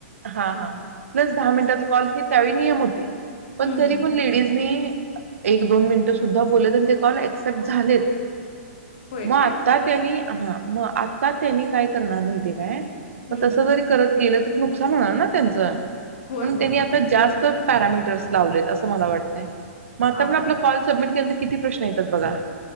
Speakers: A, on the right; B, on the left.
A: हा हा
B: हां
A: प्लस दहा मिनिट. तस कॉल चे त्यावेळी नियम होत ते! पण
B: हम्म
A: तरी
B: हम्म.
A: पण लेडीजनी एक दोन मिनटं सुद्धा बोललेत, आणि ते कॉल ऍक्सेप्ट झालेत.
B: होय
A: म आत्ता
B: काय
A: त्यानी आ म आता त्यांनी काय करणार माहितीय काय?
B: हम्म
A: म तस
B: हम्म
A: जरी करत गेलं तरी नुक नुकसान होणार ना त्यांचं
B: होय
A: म्हणून
B: होय
A: त्यांनी आता जास्त पॅरामीटर्स लावलेत असं मला वाटतय म आता
B: हां
A: पन आपला कॉल सबमिट केनदित. किती प्रश्न येतात बघा.